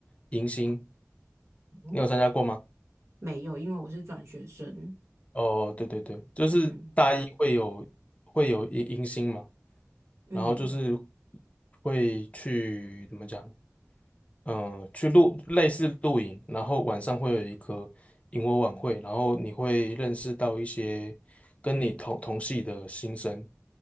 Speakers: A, on the left (about 25°); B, on the right (about 60°).
A: 迎新，
B: 哦，
A: 你有参加过吗？
B: 没有，因为我是转学生。
A: 哦，对对对，就是大一会有会有迎迎新嘛，
B: 嗯嗯。
A: 然后就是会去怎么讲？嗯、去露类似露营，然后晚上会有一个萤火晚会，然后你会认识到一些跟你同同系的新生，